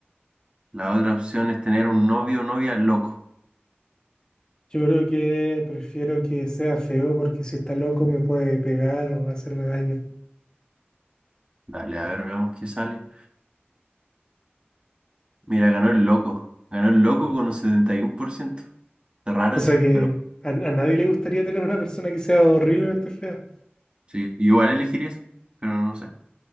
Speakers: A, on the right; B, on the left.
A: La otra opción es tener un novio o novia loco.
B: <laughs> Yo creo que prefiero que sea feo porque si está loco me puede pegar o hacerme daño.
A: Dale, a ver, veamos qué sale. Mira, ganó el loco. Ganó el loco con un setenta y uno por ciento Está raro
B: O
A: eso,
B: sea que
A: pero
B: a, a nadie le gustaría tener una persona que sea horriblemente fea.
A: sí. Igual elegiría eso, pero no sé.